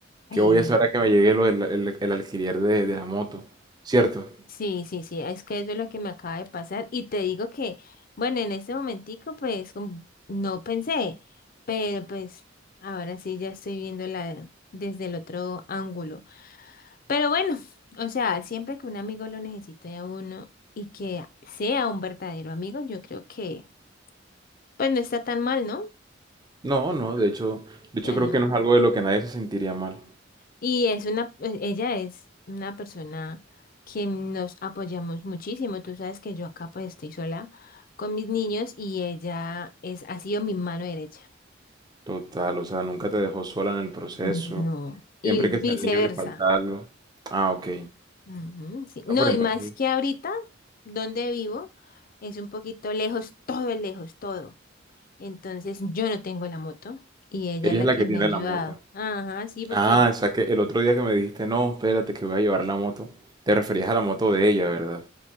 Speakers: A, on the left (about 45°); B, on the right (about 20°).
A: Ay,
B: ¿Qué voy
A: no.
B: a hacer ahora que me llegue lo del- el, el alquiler de, de la moto? ¿Cierto?
A: Sí, sí, sí, es que eso es lo que me acaba de pasar y te digo que, bueno, en este momentico pues como no pensé, pero pues ahora sí ya estoy viéndola desde el otro ángulo. Pero bueno, <laughs> o sea, siempre que un amigo lo necesite a uno y que sea un verdadero amigo, yo creo que pues no está tan mal, ¿no? O
B: No, no, de hecho, de hecho
A: sea,
B: creo
A: no.
B: que no es algo de lo que nadie se sentiría mal.
A: Y es una, eh, ella es una persona que nos apoyamos muchísimo. Tú sabes que yo acá pues estoy sola con mis niños y ella es, ha sido mi mano derecha.
B: Total, o sea, nunca te dejó sola en el proceso.
A: No. Y
B: Siempre
A: viceversa.
B: que al niño le falta algo. Ah, ok.
A: Ujú, sí. No,
B: Ah, pero
A: y
B: entonces,
A: más que ahorita, donde vivo, es un poquito lejos, todo es lejos, todo. Entonces yo no tengo la moto y ella
B: ella
A: es la
B: es la
A: que
B: que
A: me
B: tiene
A: ha ayudado.
B: la moto.
A: Ajá, sí, porque
B: Ah, o sea que el otro día que me dijiste, no, espérate que voy a llevar la moto, te referías a la moto de ella, ¿verdad?